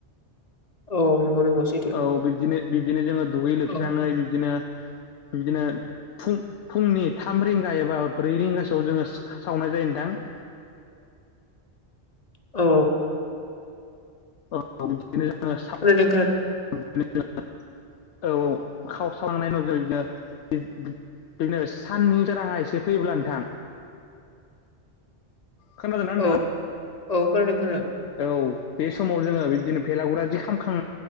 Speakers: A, on the left (about 40°); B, on the left (about 80°).
A: औ नंगौ नंगौ सैथो।
B: औ बिब्दिनो बिब्दिनो जोङो दुगै लोबस्राङै
A: औ
B: बिब्दिनो-बिब्दिनो फुं-फुंनि थाम रिंगा एबा ब्रै रिंगासोआव जोङो सावनाय जायो नोंथां। <inaudible>
A: औ।
B: औ बिदिनो
A: खोनादों खोनादों
B: <unintelligible> औ औ खाव सावनाय नुयो बिदिनो <unintelligible> बिदिनो साननि सोराङा एसे फैयोब्ला नोंथां खोनादोंना नोंथाङा?
A: औ औ खोनादों खोनादों।
B: औ बे समाव जोङो बिब्दिनो भेलागुरा दि खामखां